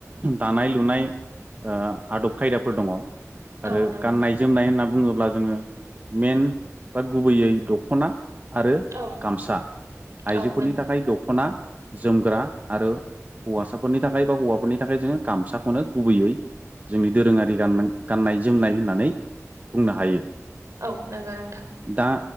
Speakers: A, on the right; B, on the right.
A: दानाय लुनाय ओ आदब खायदाफोर दङ आरो
B: औ नंगौ
A: गाननाय जोमनाय होनना बुङोब्ला जोङो मेन बा गुबैयै दख'ना आरो
B: औ
A: गामसा आइजोफोरनि
B: औ नों
A: थाखाय दख'ना जोमग्रा आरो हौवासाफोरनि थाखाय बा हौवाफोरनि थाखाय जोङो गामसाखौनो गुबैयै जोंनि दोरोङारि गान गाननाय जोमनाय होननानै बुंनो हायो।
B: औ नोंगो नोंथां
A: दा